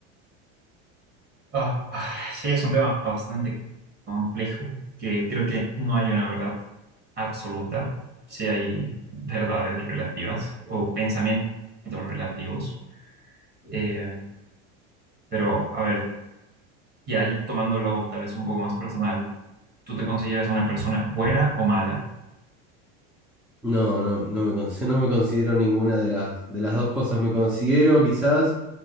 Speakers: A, on the right (about 25°); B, in the centre.
A: Ah, sí, es un tema bastante complejo que creo que no hay una verdad absoluta. Sí hay verdades relativas o pensamientos relativos. Eh, pero, a ver, y ahí tomándolo tal vez un poco más personal, ¿tú te consideras una persona buena o mala?
B: No, no, no me, con- <laughs> no me considero ninguna de las, de las dos cosas. Me considero quizás